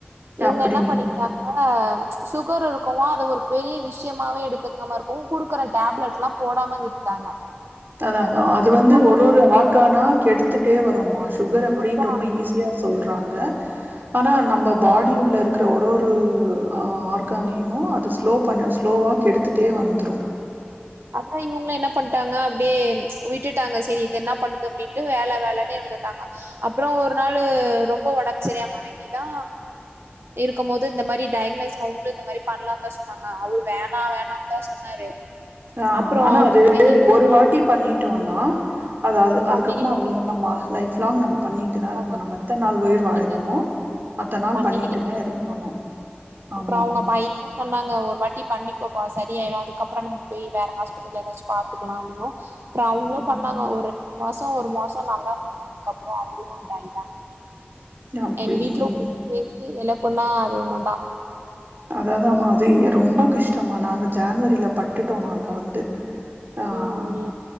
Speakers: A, on the right; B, on the right.
A: இவுங்க
B: அப்படிங்க
A: என்ன பண்ணிக்கிட்டாங்க சுகர் இருக்கவோ அது ஒரு பெரிய விஷியமாவே எடுத்துக்காம இருக்கவு குடுக்கற டேப்லெட் லா போடாம விட்டுட்டாங்க
B: அதா அதா அது வந்து
A: ஓரமா
B: ஒரு ஒரு
A: இருக்கவு
B: ஆர்கானா கெடுத்துட்டே வருமா சுகர் அப்டின்
A: அதா
B: ரொம்ப ஈஸியா சொல்ற வாங்க ஆனா நம்ம பாடியுள்ள இருக்குற ஒரு ஒரு அ ஆர்கானையு அது ஸ்லோ பண்ணு ஸ்லோவா கெடுத்துடே வந்துரு
A: அதா இவங்களு என்னா பண்டாங்க அப்டே விட்டுட்டாங்க சரி இது என்ன பண்ணுது அப்படின்ட்டு வேலை வேலைன்னே இருந்துட்டாங்க அப்புறம் ஒரு நாளு ரொம்ப ஒடம்பு சரியாம ஆகிதா இருக்கு போது இந்த மாதிரி டையக்னஸ் அவங்களு இந்த மாரி பண்ணலாதா சொன்னாங்க அவரு வேணா வேணான்னு தா சொன்னாரு
B: ஆஹ்
A: அப்றோ
B: ஆனா
A: அவுங்க
B: அது
A: பையன்தா
B: ஒரு
A: இரு
B: வாட்டி பண்ணிட்டோனா அதாவ்து அது அதுக்கப்பறமா
A: பண்ணிக்கிட்
B: <inaudible> ம்மா லைஃப் லாங்நம்பர் பண்ணிட்டு தா இருக்கணு
A: அதா
B: நம எத்த நாள் உயிர்வாழறோமோ
A: பண்ணிக்கிட்டே
B: அத்த நாள்
A: பண்ணிக்கிட்டே
B: பண்ணிட்டுதா
A: தா
B: இருக்கணு
A: அப்றோ
B: ஆமா
A: அவங்க பையனு சொன்னாங்க ஒரு வாட்டி பண்ணிக்கோப்பா சரியாயிரும் அதுக்கப்புறம் நம்ம போய் வேற ஹாஸ்பிட்டல் ஏதாச்சு பாத்துக்கலாம் அப்படினு அப்பற அவங்கலு
B: ம்.
A: பண்ணாங்க ஒரு மாசம் ஒரு மாசம் நல்லா இருந்தாங்க அதுக்கப்பற விக்கா ஆயிட்டாங்க
B: அப்படிங்களா?
A: எங் வீட்ல ஒரு பெரிய எல பொண்ணா அது ஒண்ணுதா
B: அதாதமா அது ரொம்ப கஷ்டமா நாங்க ஜான்வரில பட்டுட்டோ நாங்க வந்து ஆஹ்
A: ம் ம்